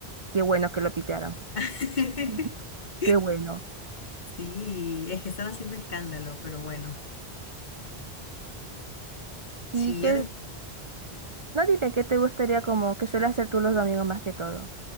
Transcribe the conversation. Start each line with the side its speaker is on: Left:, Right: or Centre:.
Right: Qué bueno que lo pitearon.
Left: <laughs>
Right: <laughs> Qué bueno.
Left: Sí, es que estaba haciendo escándalo, pero bueno.
Right: Y
Left: Sí,
Right: que,
Left: yo después...
Right: no dime qué te gustaría como que suele hacer tú los domingos más que todo.